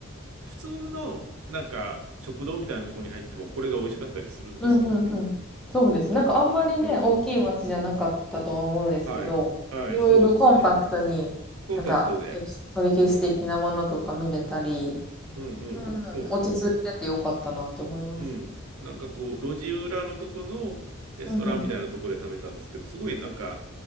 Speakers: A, on the right (about 85°); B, in the centre.
A: 普通の、なんか、食堂みたいなところに入っても、これが美味しかったりするんですよね。
B: うん、うんうん。そうです。なんかあんまりね、
A: うん。
B: 大きい街じゃなかったとは思うんですけど、
A: うん。はい。はい、
B: いろいろコンパクトに、
A: そうですね。コンパクトで。
B: なんか、エキそれ歴史的なものとか見れたり、
A: うん。うんうん。
B: うん、うん落ち着いててよかったなって思います。
A: そうそう。うん。なんかこう、路地裏のとこのレストランみたいなところで食べたんですけど、
B: うんうん。
A: すごいなんか、